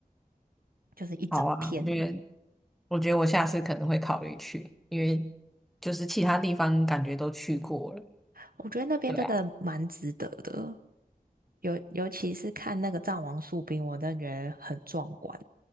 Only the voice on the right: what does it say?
就是一整片。
我觉得那边真的蛮值得的，
尤尤其是看那个藏王树冰，我真的觉得很壮观。